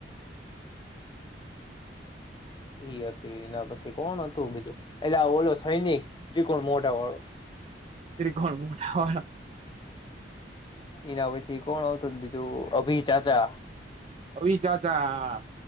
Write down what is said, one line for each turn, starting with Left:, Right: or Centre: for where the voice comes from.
Right: હ.
Left: એઈ હતી એના પછી કોણ હતું બીજું એટલે આ ઓલો સૈનિક ત્રિકોણ મોઢા વાળો.
Right: ઘર મોઢા વાળો
Left: એના વસી. કોણ આવતું બીજું અભિ ચાચા.
Right: અભી ચાચા.